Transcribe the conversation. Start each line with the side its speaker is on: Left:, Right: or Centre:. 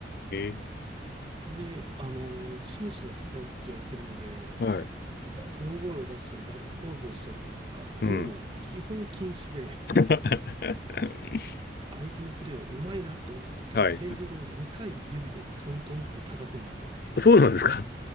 Left: え。
Right: で、あの、紳士のスポーツって言われてるので、
Left: はい。
Right: なんか大声を出したりガッツポーズをしたりとかっていうのも基本禁止で、
Left: うん。<laughs>
Right: 相手のプレーをうまいなと思った時はテーブルを2回指でトントンって叩くんですよ。
Left: はい。そうなんですか。